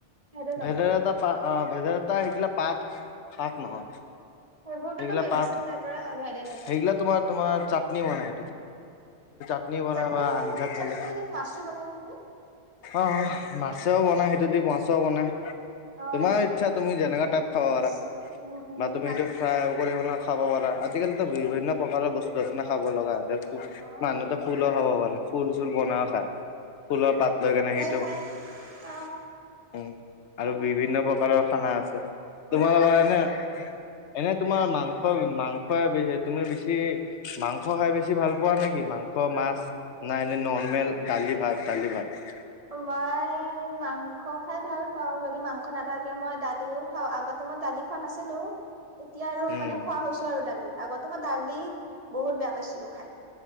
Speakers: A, on the right (about 35°); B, on the left (about 75°).
A: ভেদাইলতা
B: ভেদৰ এটা পা ভেদালা সেইিলাক পাত হয় শাক নহয়।
A: সেইবোৰতোতো
B: সেইগিলা
A: মেডিচিন
B: পাত
A: তাৰ পৰা হয় ভেদাইল লতাটো।
B: সেইগিলা তোমাৰ তোমাৰ চাটনি বনাই। <unintelligible>
A: চাটনি
B: বা আঞ্জাত ঢালে
A: চাটনি মাচো বনাইকি।
B: অ মাছেও বনাই সেইটোদি মাছেও বনাই।
A: অ'
B: তোমাৰ ইচ্ছা,
A: তাক
B: তুমি যেনেকা টাইপ খাবা পাৰা।
A: উম, উম,
B: বা তুমি
A: তাকে।
B: সেইটো ফ্ৰাই কৰি বনোৱা। খাব পাৰা। আজিকালিতো বিভিন্ন প্ৰকাৰৰ বস্তু আছে নে খাব লগা।
A: অ'
B: মানুহো ফুলো খাব পাৰে, ফুল চুল বনাইও খায় ফুলৰ পাত লৈ কেনে সি
A: হয় অ
B: উম
A: তাকে।
B: আৰু বিভিন্ন প্ৰকাৰৰ খানা আছে।
A: উম,
B: তোমালোকৰ এনে এনে তোমাৰ মাংস মাং - স তুমি বেছি মাংস খাই বেছি ভাল পোৱা নেকি মাংস মাছ নাই ন নন- ৰ্মেল দালি ভাত দালি ভাত?
A: মই মাংস খাই ভাল পাওঁ, যদি মাংস নাথাকে মই দালিও খাওঁ। আগত এখন আছে তো। এতিয়া আৰু
B: উম
A: মানে খোৱা হৈছো আৰু দালি। আগতে মই দালি বহুত বেয়া পাইছিলো খাই।